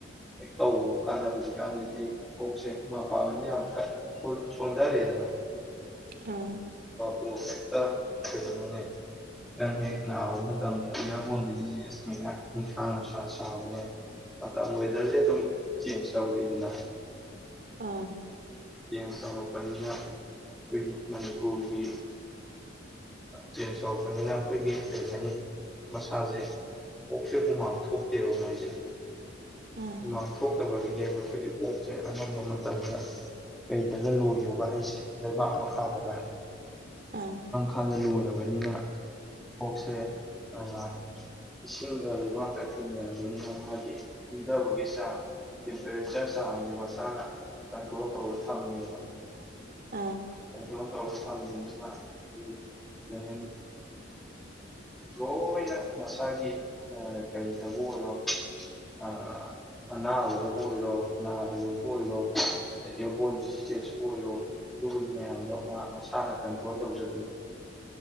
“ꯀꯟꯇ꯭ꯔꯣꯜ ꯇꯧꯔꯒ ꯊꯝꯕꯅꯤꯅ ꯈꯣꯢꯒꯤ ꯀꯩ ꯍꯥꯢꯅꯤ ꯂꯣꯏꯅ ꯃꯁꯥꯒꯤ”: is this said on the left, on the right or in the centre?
Centre